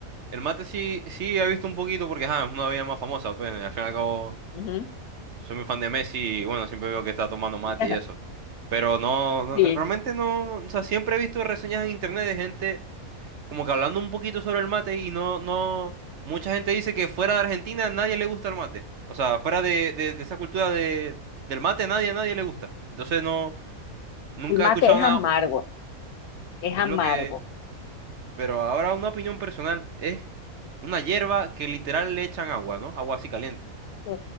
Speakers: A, on the right; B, on the left.
A: el mate sí, sí he visto un poquito porque ajá, es una bebida más famosa, pues al fin y al cabo.
B: Ujú.
A: Soy muy fan de Messi y bueno, siempre veo que está tomando mate
B: <laughs>
A: y eso. Pero no, no,
B: Sí,
A: realmente no, o sea, siempre he visto reseñas en internet de gente como que hablando un poquito sobre el mate y no, no, mucha gente dice que fuera de Argentina nadie le gusta el mate. O sea, fuera de, de, de esa cultura de, del mate nadie, nadie le gusta. Entonces no, nunca
B: el mate
A: he escuchado
B: es
A: nada,
B: amargo, es
A: es
B: amargo.
A: lo que, pero ahora una opinión personal es una hierba que literal le echan agua, ¿no? Agua así caliente.
B: Sí,